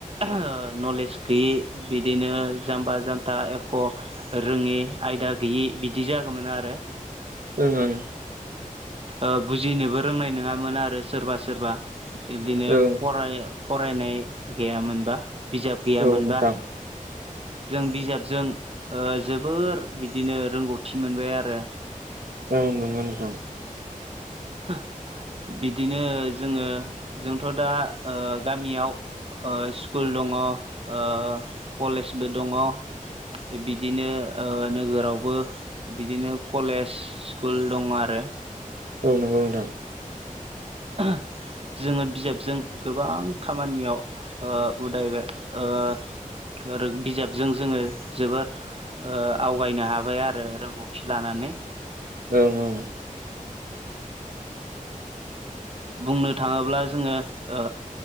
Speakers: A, on the right; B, on the right.
A: ओ नलेज गैयि बिदिनो जाम्बा जामथा एख' रोङि आयदा गैयि बिदि जागौमोन आरो
B: ओं
A: ओ बुजिनोबो रोंनाय नङामोन आरो सोरबा सोरबा इदिनो
B: ओं
A: फराय फरायनाय गैयामोनबा बिजाब गैयामोनबा
B: ओं औ नोंथां
A: जों बिजाबजों ओ जोबोर बिदिनो रोंगौथि मोनबाय आरो
B: औ नंगौ नोंथां
A: <inaudible> बिदिनो जोङो जोंथ' दा ओ गामियाव ओ स्कुल दङ' ओ कलेजबो दङ' बिदिनो ओ नोगोरावबो बिदिनो कलेज स्कुल दङ' आरो
B: औ नंगौ नोंथां
A: <inaudible> जोङो बिजाबजों गोबां खामानियाव ओ उदायबाय ओ रों बिजाबजों जोङो जोबोर <unintelligible> ओ आवगायनो हाबाय आरो रोंगौथि लानानै
B: ओं औ
A: बुंनो थाङोब्ला जोङो ओ